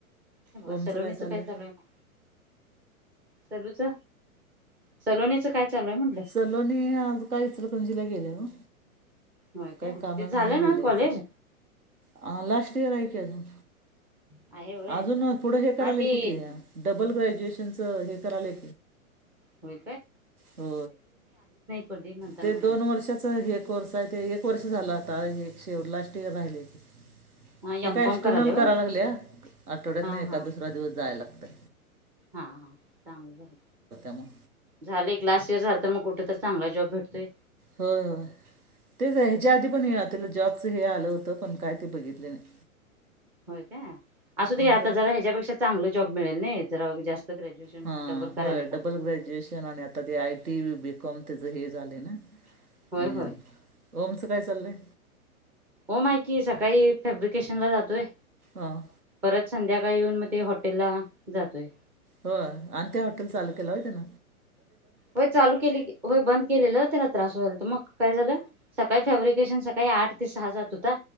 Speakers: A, on the right (about 80°); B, in the centre.
A: होमचं
B: सलोनीचं
A: काय चाललंय
B: चालू आहे मग? सलूच सलोणीचं काय चालू आहे म्हटलं
A: सलोनी आज काय इचलतणजीला गेल्या ना
B: होय
A: काही
B: काय
A: कामा
B: ते झालं
A: म्हणून गेल्यायच
B: ना कॉलेज?
A: अ लास्ट इयर आहे की अजून
B: आहे होय
A: अजून पुढं हे करालय
B: हा ती
A: कि ते डबल ग्रॅज्युएशनचं हे करालय
B: हो
A: हो
B: कधी म्हणताना
A: ते
B: म्हटलं
A: दोन वर्षाचा हे कोर्स आहे ते वर्ष झाला होता एकशे लास्ट इर राहिले हो
B: हा
A: ती
B: एम
A: काय
B: कॉम
A: एक्सटर्नल
B: करायला होय
A: करा लागली या आठवड्यात
B: हा
A: नाही एका
B: हा
A: दुसरा दिवस जाय लागतय
B: हा हा चांगलं झालं
A: मग
B: झाले लास्ट इयर झालं तर मग कुठेरी चांगला जॉब भेतोय
A: हो हो तेच ह्याच्या आधी पण ति जॉबच हे आलं होत त पण काय त बघितली नाही
B: होय काय असू घ
A: आणि
B: आता
A: काय
B: जरा ह्याच्यापेक्षा चांगलं जॉब मिळेल नाही ज जास्त ग्रॅज्युएशन
A: हा
B: डबल करायला
A: हो डबल ग्रॅज्युएशन आणि आता ते आयटी बीकॉम त्याच हे झाले ना
B: होय
A: मिळालं
B: होय
A: ओमच काय चाललंय
B: ओम आहे की सकाळी फॅब्रिकेशन ला जातोय
A: हां
B: परत संध्याकाळ स येऊन मग ते हॉटेल ला जातोय
A: हो आणि त्या हॉटेल चालू केलं हो त्यान
B: होय चालू केले होय बंद केलेलं त्याला त्रास व्हायल तर मग काय झालं सकाळी फॅब्रिकेशन सकाळी आठ ते सहा जात होता